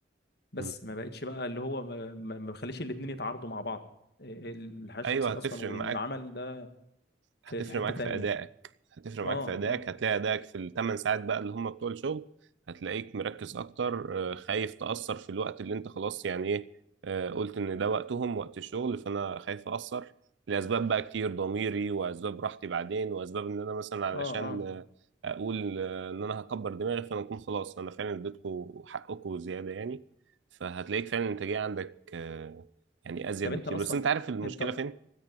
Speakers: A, on the left; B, on the right.
A: بس
B: م.
A: ما بقتش بقى اللي هو ما ما- ما بخليش الاتنين يتعارضوا مع بعض إيه، الحياه الشخصيه
B: ايوه هتفرق
A: اصلا والعمل
B: معاك
A: ده
B: هتفرق
A: في في حته
B: معاك
A: تانية
B: في ادائك هتفرق
A: اه
B: معاك في
A: اه
B: ادائك هتلاقي ادائك في الثمان ساعات بقى اللي هم بتوع الشغل هتلاقيك مركز اكتر آه، خايف تاثر في الوقت اللي انت خلاص يعني ايه آه، قلت ان ده وقتهم وقت الشغل فانا خايف ااثر لاسباب بقى كتير ضميري واسباب راحتي بعدين واسباب ان انا مثلا علشان
A: اه اه
B: آه، اقول آه، ان انا هكبر دماغي فانا اكون خلاص انا فعلا اديتكم حقكم زياده يعني فهتلاقيك فعلا الانتاجيه عندك آه، يعني ازيد
A: طب انت
B: بكتير
A: اصلا
B: بس انت عارف المشكله
A: انت
B: فين